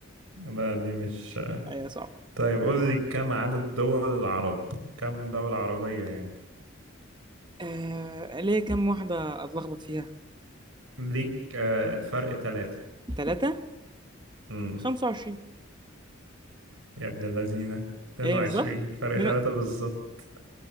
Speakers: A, on the right (about 85°); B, on the right (about 20°).
A: لا دي مش آه،
B: أيوة صعبة
A: طيب قول لي كم عدد دول العرب كم دولة عربية يعني
B: آه... ليه كم واحدة أتلخبط فيها؟
A: ليك آه فرق ثلاثة
B: ثلاثة؟
A: امم
B: خمسة وعشرين
A: يا ابن اللذينة 22
B: إيه بالظبط؟
A: فرق
B: اتنين
A: ثلاثة
B: الله
A: بالظبط